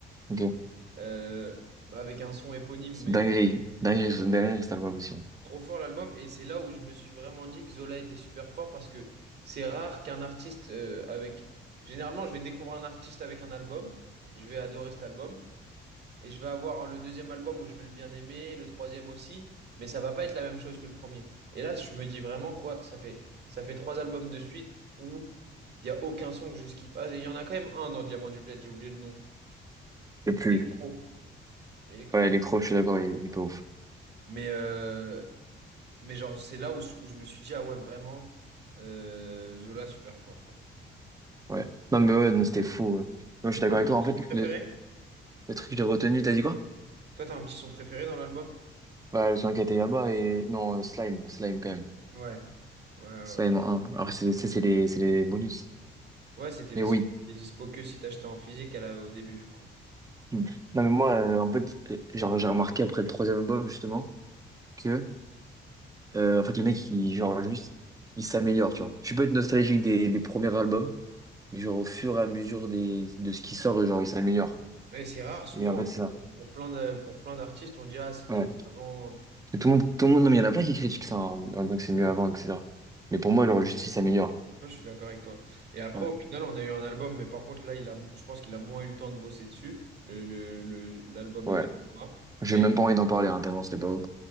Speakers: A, on the right; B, on the right.
A: ok.
B: euh, avec un son éponyme, mais
A: Dinguerie.
B: euh,
A: Dinguerie, ce- dinguerie, cet album aussi.
B: trop fort l'album. Et c'est là où je me suis vraiment dit que Zola était super fort parce que c'est rare qu'un artiste euh, avec. Généralement, je vais découvrir un artiste avec un album, je vais adorer cet album, et je vais avoir le deuxième album où je vais le bien aimer, le troisième aussi, mais ça va pas être la même chose que le premier. Et là, je me dis vraiment quoi, ça fait, ça fait trois albums de suite où il y a aucun son que je skip. Ah, il y en a quand même un dans Diamant du Bled, j'ai oublié le nom.
A: Et plus.
B: Electro. Electro.
A: Ouais, Electro, je suis d'accord, il, il est pas ouf.
B: Mais euh, Mais genre, c'est là où, où je me suis dit, ah ouais, vraiment, euh, Zola, super fort, quoi.
A: Ouais. Non, mais ouais, non, c'était fou. ouais. Moi, je suis d'accord
B: Un
A: avec
B: petit
A: toi. En fait,
B: son préféré?
A: le, le truc que j'ai retenu, t'as dit quoi?
B: Toi, t'as un petit son préféré dans l'album?
A: Bah, le son qui était là-bas et. Non, euh, Slime. Slime, quand même.
B: Ouais. Ouais,
A: Slime
B: ouais.
A: en un. Alors, c'est c'est- c'est les, c'est les bonus.
B: Ouais, c'était
A: Mais
B: les
A: oui.
B: sons qui étaient dispo que si t'achetais en physique à la- au début, je crois.
A: Mm. Non, mais moi, euh, en fait, euh, genre, j'ai remarqué après le troisième album, justement, que, euh, en fait, le mec, il, genre, juste, il s'améliore, tu vois. Je peux être nostalgique des, des premiers albums. Et Genre, au fur et à mesure des, de ce qui sort, genre, il s'améliore.
B: Mais c'est rare, souvent,
A: Et en fait, c'est ça.
B: pour, pour plein de, pour plein d'artistes, on dit, ah, c'était
A: Ouais.
B: mieux avant.
A: Et tout le monde, tout le monde, non, mais il y en a plein qui critiquent ça en, en disant que c'est mieux
B: Ouais.
A: avant, etc. Mais pour moi, genre, juste, il s'améliore.
B: Non, je suis d'accord avec toi. Et après,
A: Ouais.
B: au final, on a eu un album, mais par contre, là, il a, je pense qu'il a moins eu le temps de bosser dessus, le, le- le- l'album
A: Ouais.
B: avec Koba.
A: J'ai
B: Mais,
A: même pas envie d'en parler, hein, tellement c'était pas beau.